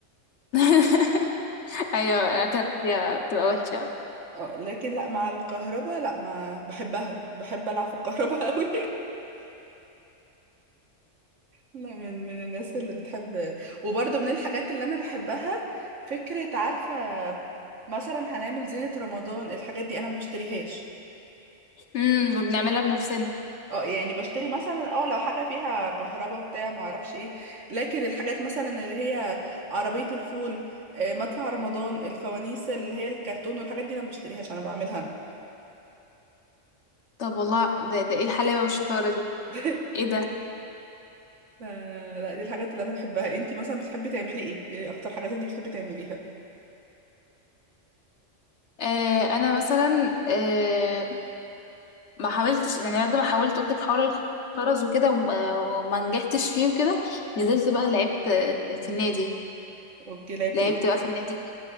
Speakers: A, on the left (about 65°); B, on the right (about 70°).
A: <laughs> ايوه انا كده هي بتبقى وحشه أوي.
B: آه، لكن لا مع الكهرباء لا ما بحبها بحب العب في الكهرباء <laughs> قوي لا من من الناس اللي بتحب وبرضه من الحاجات اللي انا بحبها فكرة عارفة مثلا هنعمل زينة رمضان الحاجات دي انا ما بشتريهاش
A: امم وبنعملها بنفسنا
B: اه يعني بشتري مثلا اه لو حاجة فيها كهربا بتاع ما اعرفش ايه لكن الحاجات مثلا اللي هي عربية الفول آه، مدفع رمضان الفوانيس اللي هي الكرتون والحاجات دي انا ما بشتريهاش انا بعملها انا
A: طب والله ده, ده ايه الحلاوه والشطاره دي
B: <laughs>
A: ايه ده
B: ف- لا دي الحاجات اللي انا بحبها انتي مثلا بتحبي تعملي ايه ايه اكتر حاجات انتي بتحبي تعمليها
A: آه انا مثلا آه ما حاولتش يعني بعد ما حاولت قلت لك حوار الخرز وكده و- آه، وما نجحتش فيه وكده
B: مم.
A: نزلت بقى لعبت آه، في النادي
B: اوكي لعبتي
A: لعبت
B: ايه
A: بقى في النادي